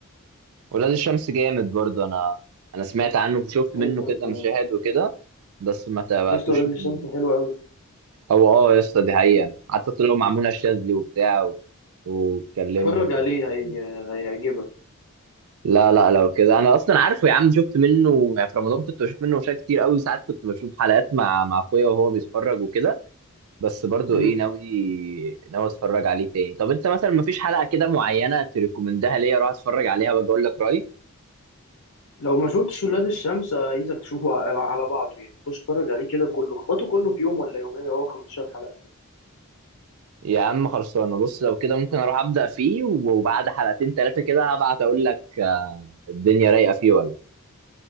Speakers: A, on the right; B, on the left.
A: ولاد الشمس جامد برضه انا انا سمعت عنه وشفت
B: ولاد
A: منه
B: الشمس
A: كده
B: آه.
A: مشاهد وكده بس ما تابعتوش
B: لسه ولاد
A: من
B: الشمس حلو قوي
A: او اه يا اسطى دي حقيقه حتى طلعوا مع منى الشاذلي وبتاع و... واتكلموا
B: اتفرج
A: والكلام
B: عليه
A: الجامد
B: هي... هيعجبك
A: لا لا لو كده انا اصلا عارفه يا عم شفت منه يعني في رمضان كنت بشوف منه مشاهد كتير قوي ساعات كنت بشوف حلقات مع مع اخويا وهو بيتفرج وكده بس برضو
B: مم.
A: ايه ناوي ناوي اتفرج عليه تاني طب انت مثلا مفيش حلقة كده معينة تريكومندها ليا اروح اتفرج عليها واجي اقول لك رأيي
B: لو ما شفتش ولاد الشمس آه، عايزك تشوفه على على بعضه يعني خش اتفرج عليه كده كله اخبطه كله في يوم ولا يومين هو 15 حلقه
A: يا عم خلصانه بص لو كده ممكن اروح ابدأ فيه وبعد حلقتين ثلاثة كده هبعت اقول لك آه، الدنيا رايقة فيه ولا